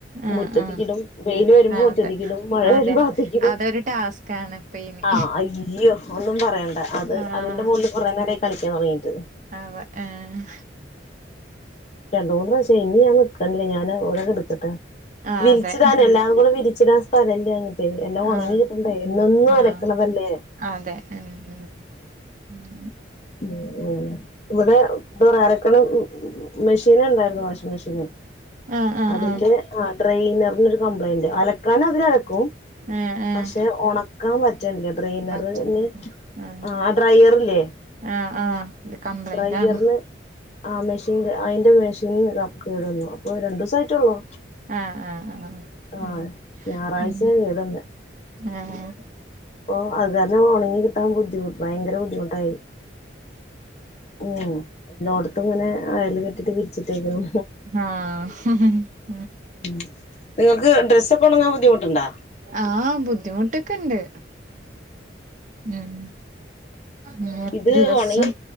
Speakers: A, on the right; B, on the left.
A: ആഹ്
B: മുറ്റത്തിക്കിടും
A: ആഹ്
B: വെയിൽ വരുമ്പോ
A: അതെ
B: മുറ്റത്തിക്കിടും മഴ
A: അതെ
B: വരുമ്പോ അകത്തിക്കിടും
A: അതൊരു ടാസ്കാണ് ഇപ്പ ഇനി
B: ആഹ് അയ്യോ ഒന്നും പറയണ്ട അത്
A: ആഹ്
B: അതിന്റെ മോളില് കൊറെ നേരായി കളിക്കാൻ തൊടങ്ങീട്ട്
A: അതെ ഏഹ്
B: മൂന്നു പ്രാശ്യായി ഇനി ഞാൻ നിക്കണില്ല ഞാൻ ഇവിടെ കെടക്കട്ടെ
A: ആഹ്
B: വിരിച്ചിടാന്
A: അതെ
B: എല്ലാതും കൂടെ വിരിച്ചിടാൻ സ്ഥലഇല്ല്യഞ്ഞിട്ടേ എല്ലാം ഒണങ്ങി
A: ആഹ്
B: കിട്ടണ്ടേ എന്നെന്നും
A: ആഹ്
B: അലക്ക്ണതല്ലേ
A: അതെ ഉം ഉം
B: ഉം ഉം ഇവിടെ ന്താപറയ അലക്ക്‌ണ മെഷീൻ ഇണ്ടായിരുന്നു വാഷിംഗ് മെഷീന്
A: ആഹ് ആഹ്
B: അതിന്റെ
A: ആഹ്
B: ഡ്രയ്നെറിനൊരു കംപ്ലയിന്റ് അലക്കാൻ അതിലലക്കും
A: ഏഹ് ഏഹ്
B: പക്ഷെ ഒണക്കാൻ പ റ്റണില്ല ഡ്രൈനറ്
A: പറ്റും
B: ന്
A: ആഹ്
B: ആ ഡ്രയറില്ലേ
A: ആഹ് ആഹ് ഇത് കംപ്ലൈയിന്റ്
B: ഡ്രയറിന്
A: ആണ്
B: ആ മെഷീൻ അയിന്റെ മെഷീന് ഇതാ കേടന്നു അപ്പൊ രണ്ടൂസായിട്ടൊള്ളു
A: ആഹ് ആഹ് ആഹ്.
B: ആഹ
A: ഉം
B: ഞായറാഴ്ച്ചേ
A: ഉം
B: കേടന്നെ
A: ഏഹ്
B: അപ്പൊ അത് കാരണം ഒണങ്ങി കി കിട്ടാൻ ബുദ്ധിമുട്ട് ഭയങ്കര ബുദ്ധിമുട്ടായി ഉം എല്ലോട്ത്തും ഇങ്ങനെ അയല് കെട്ടിട്ട് വിരിച്ചിട്ടേക്കുന്നു
A: ആഹ
B: ഉം നിങ്ങക്ക് ഡ്രസ് ഒക്കെ ഒണങ്ങാൻ ബുദ്ധിമുട്ടുണ്ടാ
A: ആഹ് ബുദ്ധിമുട്ടൊക്കെ ഉണ്ട് ഉം ഉം
B: ഇത്
A: ദിവസം
B: ഒണങ്ങി